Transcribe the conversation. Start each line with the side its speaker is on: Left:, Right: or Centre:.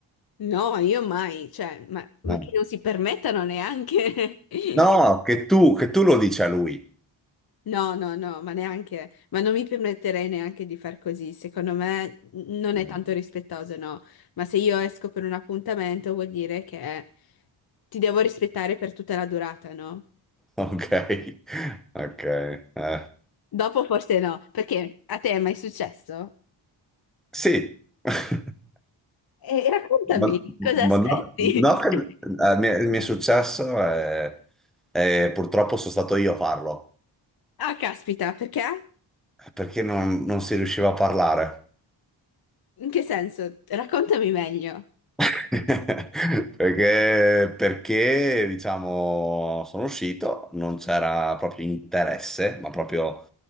Left: No, io mai, cioè, ma, ma
Centre: Eh.
Left: che non si permettano neanche. <laughs>
Centre: No, che tu, che tu lo dici a lui.
Left: No, no, no, ma neanche, ma non mi permetterei neanche di far così. Secondo me n- non
Centre: Mm.
Left: è tanto rispettoso, no. Ma se io esco per un appuntamento vuol dire che ti devo rispettare per tutta la durata, no?
Centre: Ok, <laughs> ok. eh,
Left: Dopo forse no, perché a te è mai successo?
Centre: Sì. <laughs>
Left: E raccontami,
Centre: Ma,
Left: cosa
Centre: ma
Left: aspetti?
Centre: no, no che-
Left: <laughs>
Centre: eh, mi, è mi è successo e, e purtroppo sono stato io a farlo,
Left: Ah, caspita, perché?
Centre: perché non non si riusciva a parlare.
Left: In che senso? Raccontami meglio,
Centre: <laughs> Perché, perché, diciamo, sono uscito, non c'era proprio interesse, ma proprio